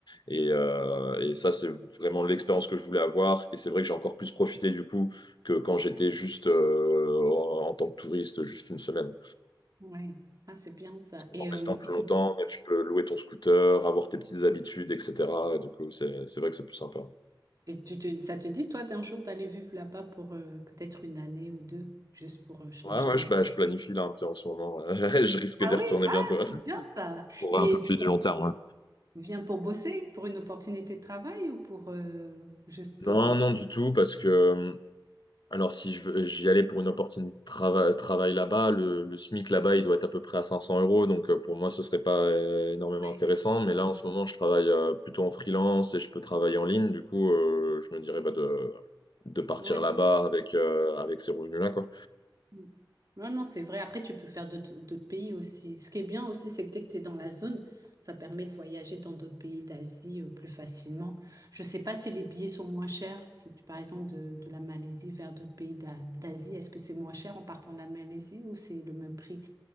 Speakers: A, on the left; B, on the right.
A: Et, euh, et ça, c'est vraiment l'expérience que je voulais avoir. Et c'est vrai que j'ai encore plus profité du coup que quand j'étais juste euh, en en tant que touriste, juste une semaine
B: ouais. Ah, c'est bien ça. Et
A: en
B: euh,
A: restant plus longtemps,
B: <laughs>
A: mais tu peux louer ton scooter, avoir tes petites habitudes, etc. Du coup, c'est c'est vrai que c'est plus sympa.
B: Et tu te, ça te dit, toi, d'un jour d'aller vivre là-bas pour euh, peut-être une année ou deux, juste pour euh, changer
A: Ouais, ouais,
B: un
A: je,
B: peu?
A: bah, je planifie là un petit en ce moment. ouais. <laughs> Je risque
B: Ah
A: d'y retourner
B: oui, Ah,
A: bientôt.
B: c'est
A: ouais.
B: bien ça.
A: Pour
B: Mais
A: un peu plus
B: tu
A: du long terme, ouais.
B: viens pour bosser, pour une opportunité de travail ou pour euh, juste
A: Non,
B: pour... euh,
A: non, du tout, parce que, euh, alors si je veux- j'y allais pour une opportunité de trava- travail là-bas, le, le SMIC là-bas, il doit être à peu près à 500 euros, donc euh, pour moi, ce serait pas euh, énormément
B: Ouais.
A: intéressant. Mais là, en ce moment, je travaille euh, plutôt en freelance et je peux travailler en ligne, du coup, euh, je me dirais bah, de, de partir
B: Ouais,
A: là-bas
B: pour...
A: avec, euh, avec ces revenus-là, quoi.
B: Mm. Non, non, c'est vrai. Après, tu peux faire d'autres d'autres pays aussi. Ce qui est bien aussi, c'est que dès que tu es dans la zone, ça permet de voyager dans d'autres pays d'Asie euh, plus facilement. Je sais pas si les billets sont moins chers. Si tu, par exemple, de, de la Malaisie vers d'autres pays d'A- d'Asie, est-ce que c'est moins cher en partant de la Malaisie ou c'est le même prix